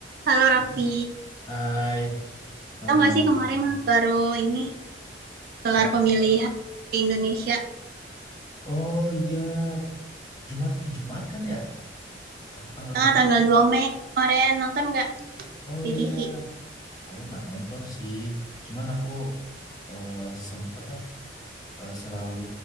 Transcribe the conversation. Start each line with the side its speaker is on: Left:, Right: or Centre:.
Right: Halo Raffi,
Left: Hai, kamu
Right: tau
Left: gimana
Right: gak sih kemarin
Left: kabarnya?
Right: baru ini gelar
Left: Apa?
Right: pemilihan di Indonesia
Left: Oh iya, Jumat Jumat kan ya? Ah, Tanggal berapa
Right: ah, tanggal
Left: sih?
Right: 2 Mei kemarin nonton nggak
Left: Oh
Right: di
Left: iya,
Right: TV?
Left: aku nggak nonton sih. Cuman aku eh, sem- apa eh, selalu